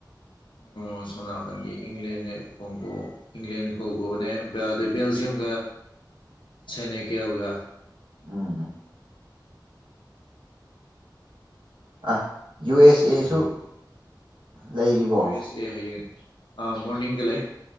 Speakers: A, on the left (about 80°); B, on the right (about 85°).
A: ꯑꯣ ꯁꯣꯝꯅꯀꯟꯒꯤ ꯏꯪꯂꯦꯟꯅꯦ ꯀꯣꯡꯒꯣ ꯏꯪꯂꯦꯟ ꯀꯣꯒꯣꯅꯦ ꯕꯦ ꯑꯗꯩ ꯕꯦꯜꯖꯤꯌꯝꯒ ꯁꯦꯅꯦꯜꯀꯦꯒ
B: ꯑꯣ ꯑꯣ ꯑꯥꯏ ꯌꯨ ꯑꯦꯁ ꯑꯦꯁꯨ
A: ꯑꯗꯒꯤ
B: ꯂꯩꯔꯤꯕꯣ
A: ꯌꯨ ꯑꯦꯁ ꯑꯦ ꯍꯥꯌꯦꯡ ꯑꯥ ꯃꯣꯔꯅꯤꯡꯗ ꯂꯩ